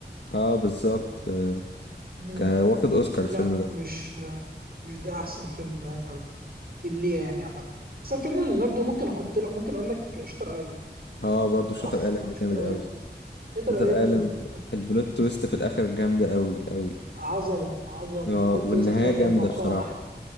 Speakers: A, on the left; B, on the right.
A: اه بالظبط آه.
B: مم.
A: كان واخد اوسكار الفيلم
B: لا
A: ده
B: مش آه، مش ده احسن فيلم ليوناردو بالليه يعني عامه اصلا فيلم ليوناردو ممكن احط لك ممكن اقول لك شاتر ايلاند
A: اه برضو شاتر
B: اخ
A: ايلاند
B: على شاتر
A: جامد قوي
B: ايلاند شاتر
A: شاتر
B: ايلاند
A: ايلاند البلوت تويست في الاخر جامده قوي قوي
B: عظمة عظمة
A: اه
B: بلوت
A: والنهايه
B: تويست لن
A: جامده
B: يتوقع
A: بصراحه
B: أحد